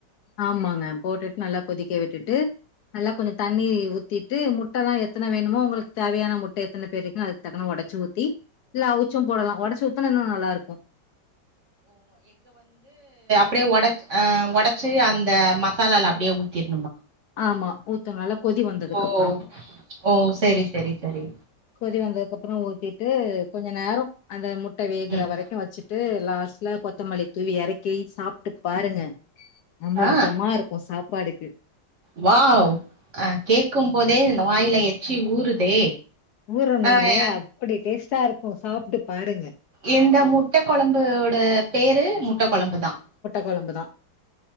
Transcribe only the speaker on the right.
அப்படியே உடைச் உடைச்சி அந்த மசாலால அப்படியே ஊத்திடுனு
ஓ ஓ செரி செரி செரி
ம்
ஆ
வாவ் அஹ் கேக்கம்போதே வாயில் எ எச்சி ஊருதே
ஆய்யா
இந்த முட்டை குழம்புபோட பேரு முட் முட்டை குழம்பு தான்